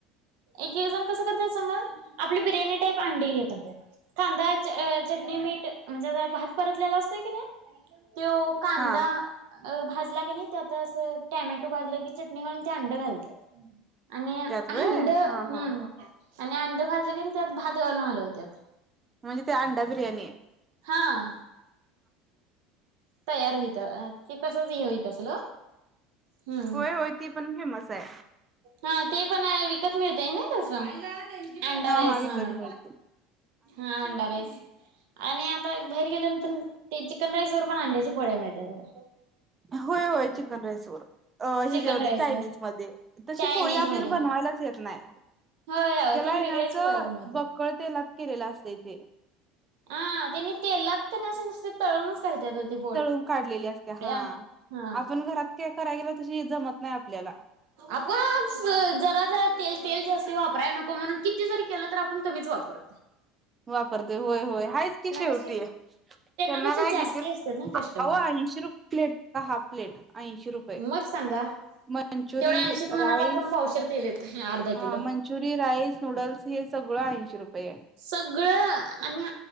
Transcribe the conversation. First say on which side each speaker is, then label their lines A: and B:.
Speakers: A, on the right; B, on the right.
A: एक एक जण कसं करतय सांगा आपली बिर्याणी टाईप अंडी य कांदा चटणी मीठ म्हणजे भात परतलेला असतोय की नाही त्यो कांदा
B: हा
A: अ भाजला का नाही ते आता अस टॅमॅटो भाजलं की चटणी घालून ते अंड घालतात आणि
B: त्यात वय
A: अंड हम्म
B: हा हा
A: आणि अंड भाजलं की नाही त्यात भात घालून हलवत्यात
B: म्हणजे ते अंडा बिर्याणी
A: हा तयार होत ते तसच हे होईत असल हम्म
B: होय होय ती पण फेमस आहे
A: हा ते पण विकत मिळतय ना तस अंडा
B: हा
A: राईस
B: हा विकत
A: म्हणून
B: मिळते
A: हा अंडा राईस आणि आता भाईर गेल्यानंतर ते चिकन राईस वर पण अंड्याची पोळ्या मिळते तोघ
B: होय होय चिकन राईस वर अ ह्याच्यामध्ये
A: चिकन राईस
B: चायनीज
A: वर
B: मध्ये तशी
A: चायनीज
B: पोळी आपल्याला
A: मध्ये
B: बनवायलाच येत नाही
A: होय हो
B: त्याला
A: त्यानी
B: हे
A: वेगळ्याच
B: ना असं
A: पोळ्या बनवतात
B: बकळ तेलात केलेलं असतंय ते
A: हा त्यांनी तेलात क नय असे नुसते तळूनच करतात ओ ते
B: तळून काढलेली असते
A: पोळ्या
B: हा
A: हा
B: आपण घरात का कराय गेलं तशी जमत नाही आपल्याला
A: आपण जरा जरा तेल तेल जास्त वापराय नको म्हणून किती जरी केलं तर आपण कमीच वापरत
B: वापरते होय होय हायच की शेवटी
A: कशी
B: त्यांना
A: कसे
B: काय
A: जास्ती
B: घेतील
A: असतात ना कस्टमर
B: होह ऐंशी रुप हाफ प्लेट ऐंशी रुपये
A: मग सांगा
B: मंचुरी
A: तेवढ्या ऐंशीत म्हणाला
B: राईस
A: आपण पावशेर तेल येतंय अर्धा
B: हा
A: किलो
B: मंचुरी राईस नूडल्स ह सगळं ऐंशी रुपये
A: सगळं आणि